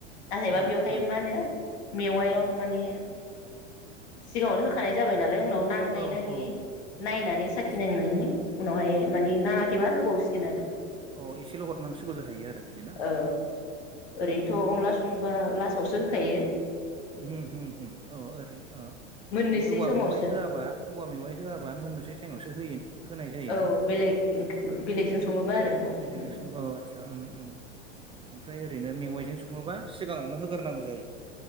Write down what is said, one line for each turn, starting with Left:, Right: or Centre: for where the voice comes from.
Left: नाथायबा
Right: ओं
Left: बेवहाय
Right: ओं
Left: मा होनो मेवायाव
Right: औ
Left: माने सिगाङावनो होखा खानाय जाबाय नालाय उनाव नांनाय
Right: औ
Left: नाङै
Right: औ
Left: नायनानै साखि
Right: आदसा
Left: नांनायनि उनावहाय मानि ना खैबा होबावसिगोन आरो।
Right: औ एसेल' हरनांसिगौ जाहैयो आरो बिदि ना
Left: ओ ओरैनोथ' अनला सङोबा लासआवसो हो थायो
Right: उम हम हम औ ओरैनो अ
Left: मोननोसै
Right: माने औवा
Left: समावसो
Right: मेवाइ होआबा औवा मेवाइ होआबा मोननोसै टाइमावसो होयो होनाय जायोना।
Left: औ <unintelligible> बेलेगजों सङोबा आरो उम।
Right: बेलेगजों सं औ आदसा उम ओमफ्राय ओरैनो मेवाइजों सङोबा सिगाङावनो होग्रनांगौ जायो।